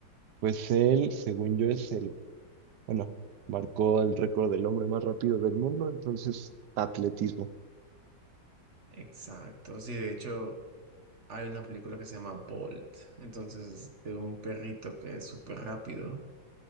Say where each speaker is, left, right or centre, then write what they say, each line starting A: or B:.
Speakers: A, on the right (about 70°); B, on the right (about 40°).
A: pues él, según yo, es el, bueno, marcó el récord del hombre más rápido del mundo, entonces atletismo.
B: exacto. Sí, de hecho, hay una película que se llama Bolt. Entonces, de un perrito que es súper rápido.